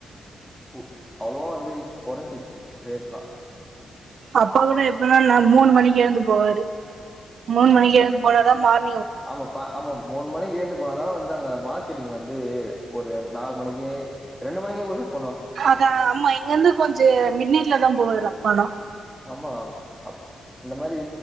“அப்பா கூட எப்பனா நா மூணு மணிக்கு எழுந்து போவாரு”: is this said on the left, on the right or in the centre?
Right